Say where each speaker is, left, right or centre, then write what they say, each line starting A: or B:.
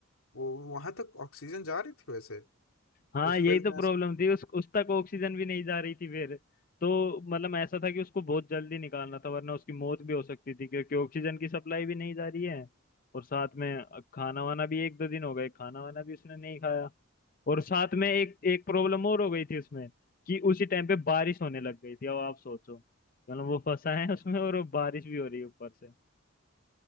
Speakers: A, on the left (about 80°); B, on the left (about 40°).
A: वो वहां तक ऑक्सीजन जा रही थी वैसे
B: हाँ
A: उस
B: यही
A: फिल्म
B: तो
A: में
B: प्रॉब्लम
A: ऐसा-
B: थी उस उस तक ऑक्सीजन भी नहीं जा रही थी फिर तो मतलब ऐसा था कि उसको बहुत जल्दी निकालना था वरना उसकी मौत भी हो सकती थी क्योंकि ऑक्सीजन की सप्लाई भी नहीं जा रही है और साथ में खाना वाना भी एक दो दिन हो गए खाना वाना भी उसने नहीं खाया और साथ में एक एक प्रॉब्लम और हो गई थी उसमें कि उसी टाइम पे बारिश होने लग गई थी अब आप सोचो मतलब वो फंसा है उसमें और वो बारिश भी हो रही है ऊपर से